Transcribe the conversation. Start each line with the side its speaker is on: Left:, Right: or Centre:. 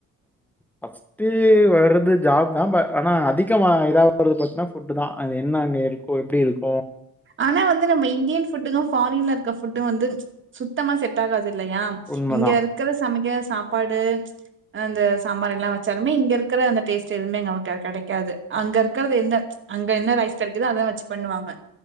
Centre: பர்ஸ்ட் டு வர்றது ஜாப் தான் ப ஆனா அதிகமா இதாவறது பத்தீங்னா ஃபுட்டு் தா அது என்ன அங்க இருக்கோ எப்படி இருக்
Right: ஆனா வந்து நம்ம இந்தியன் ஃபுட்டுக்கும் ஃபாரின்ல இருக்க ஃபுட்டு வந்து சுத்தமா செட் ஆகாது இல்லையா
Centre: உண்மதா
Right: இங்க இருக்கிற சமைக்கிற படு அந்த சாம்பார் எல்லாம் வச்சாலுமே இங்க இருக்கிற அந்த டேஸ்ட் எதுவுமே நமளுக்கு கடைக்காது அங்க இருக்கறது என்ன அங்க என்ன ரைஸ் கிடைக்குதோ அத வெச்சு பண்ணுவாங்க